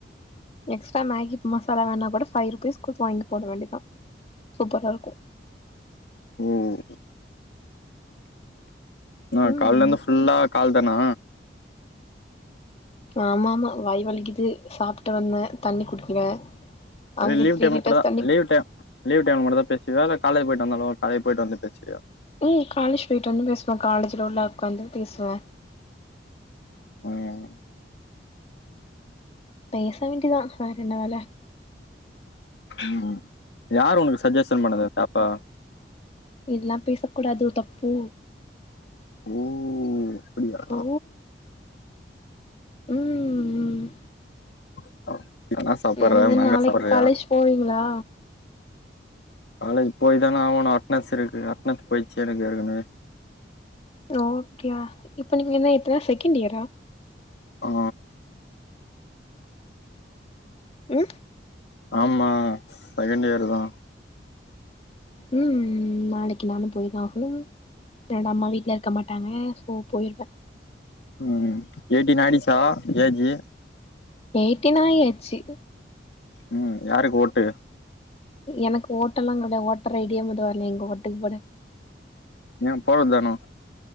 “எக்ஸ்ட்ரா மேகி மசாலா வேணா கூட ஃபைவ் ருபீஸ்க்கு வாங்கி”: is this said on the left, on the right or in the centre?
Left